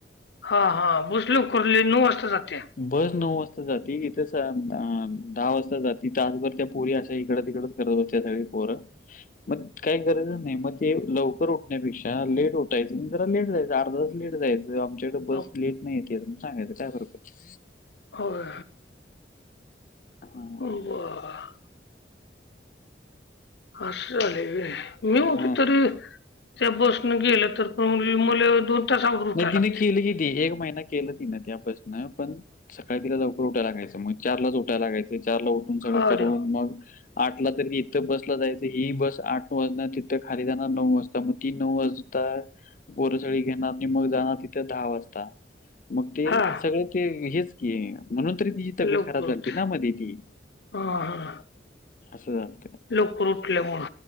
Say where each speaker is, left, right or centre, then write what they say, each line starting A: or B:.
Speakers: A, on the left; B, on the left.
A: हा, हा, बस लवकर नऊ वाजता जात्या.
B: बस नऊ वाजता जाती, इथे दहा वाजता जात, तासभर त्या पोरी अशा इकड तिकड. फरवरच्या थाळी पोररा.
A: ह.
B: मग काही गरज नाही, मग ते लव लवकर उठण्यापेक्षा लेट उठायचं, जरा लेट जायचं, अर्धा तास लेट जायचं. आमच्याकडे
A: हो
B: बस लेट नाही येते, सांगायचं काय पडतो.
A: होय.
B: हां.
A: ब <unintelligible> असं झालंय, आय मी म्हटलो
B: हां.
A: तरी. त्या बसनं गेलं तर पण मुले दोन. तास अगोदर उठायला
B: नाही, तिनं
A: लागते
B: केली किती, एक महिना. केलं ती ना, त्यापासून पण सकाळी तिला लवकर उठायला लागायचं, मग चारला उठावं लागायचं, चारला उठलं सगळं
A: हा
B: करून
A: देव
B: मग आठला तरी इथं बसला जायचं, ही बस आठ वाजणार, तिथं खाली जाणार नऊ वाजता, मग ती नऊ वाज वाजता पोरं सगळी घेणार आणि मग जाणार तिथे दहा वाजता, मग ते
A: हा
B: सगळं ते हेच की. म्हणून तरी तिची तब्येत
A: लवकर
B: खराब
A: उठ
B: झालती ना मध्ये ती.
A: हा हा.
B: असं झालं का?
A: लवकर उठलं मूड.